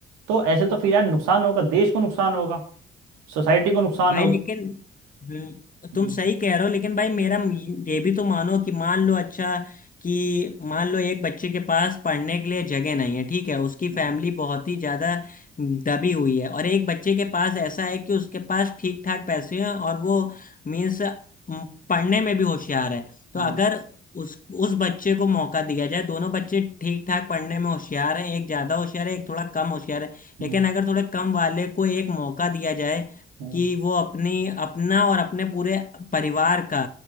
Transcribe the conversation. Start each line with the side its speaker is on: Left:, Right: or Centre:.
Right: तो ऐसे तो फिर यार नुकसान होगा देश को नुकसान होगा सोसाइटी को नुकसान
Left: भाई
Right: होगा
Left: लेकिन हम्म,
Right: हम्म,
Left: तुम सही कह रहे हो लेकिन भाई मेरा म- ये भी तो मानो कि मान लो अच्छा कि मान लो एक बच्चे के पास पढ़ने के लिए जगह नहीं है ठीक है उसकी
Right: हम्म,
Left: फैमिली बहुत ही ज्यादा दबी हुई है और एक बच्चे के पास ऐसा है कि उसके पास ठीक ठाक पैसे हैं और वो मीन्स पढ़ने में भी होशियार है तो
Right: हम्म,
Left: अगर उस उस बच्चे को मौका दिया जाए दोनों बच्चे ठीक ठाक पढ़ने में होशियार हैं एक ज्यादा
Right: हम्म,
Left: होशियार है एक थोड़ा कम होशियार है
Right: हम्म,
Left: लेकिन अगर थोड़े कम वाले को एक मौका दिया जाए
Right: हम्म,
Left: कि वो अपनी अपना और अपने पूरे परिवार का